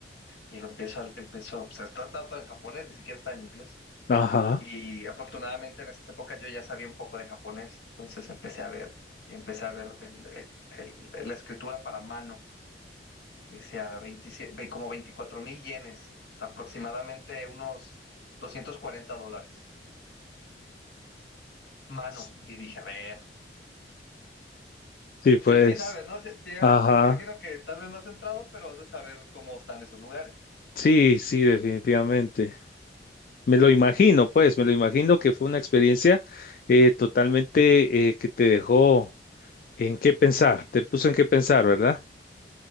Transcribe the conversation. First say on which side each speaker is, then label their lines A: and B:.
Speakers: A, on the left; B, on the left.
A: Y lo empiezo, a- empiezo, o sea, está está todo en japonés, ni siquiera está en inglés.
B: Ajá.
A: Y afortunadamente en esas épocas yo ya sabía un poco de japonés, entonces empecé a ver, empecé a ver el- el- el- la escritura para mano, decía 27, ve- como veinticuatro mil yenes, o sea, aproximadamente unos 240 dólares. Mano,
B: Sí,
A: y dije, a ver.
B: pues.
A: Sí, sí, sabes, ¿no? Sí, sí has-
B: Ajá.
A: me imagino que tal vez no has entrado, pero has de saber cómo están esos lugares.
B: Sí, sí, definitivamente. Me lo imagino, pues, me lo imagino que fue una experiencia eh, totalmente eh, que te dejó en qué pensar, te puso en qué pensar, ¿verdad?